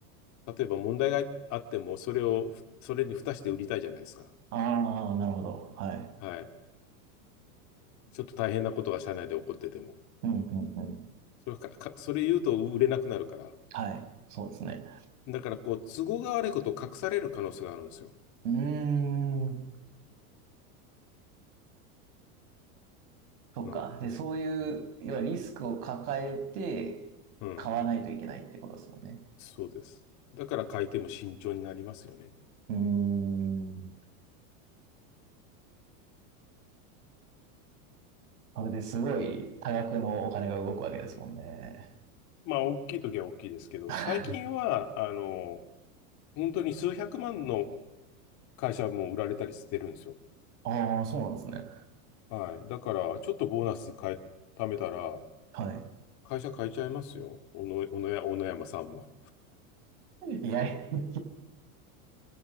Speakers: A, on the left; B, on the right.
A: 例えば問題があっても、それを、それに付して売りたいじゃないですか。
B: ああ、なるほど。はい。
A: はい。ちょっと大変なことが社内で起こってても。
B: うん、うん、うん。
A: それか、か、それ言うと売れなくなるから。
B: はい。そうですね。
A: だから、こう、都合が悪いことを隠される可能性があるんですよ。
B: うーん。そっか。
A: うん。
B: で、そういう、
A: うん。
B: 要はリスクを抱えて買わないといけないってことですもんね。
A: うんそうです。だから買いても慎重になりますよね。
B: うーん。それですごい多額のお金が動くわけですもんね。
A: まあ、大きい時は大きいですけど、
B: <laughs>
A: 最近は、あの、本当に数百万の会社も売られたりしてるんですよ。
B: ああ、そうなんですね。
A: はい。だから、ちょっとボーナス変え、貯めたら、
B: はい。
A: 会社変えちゃいますよ。小野、小野や、小野山さんも。
B: いやいや、